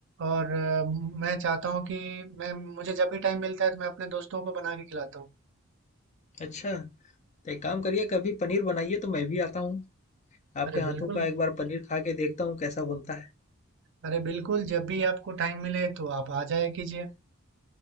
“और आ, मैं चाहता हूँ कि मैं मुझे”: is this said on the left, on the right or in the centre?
Right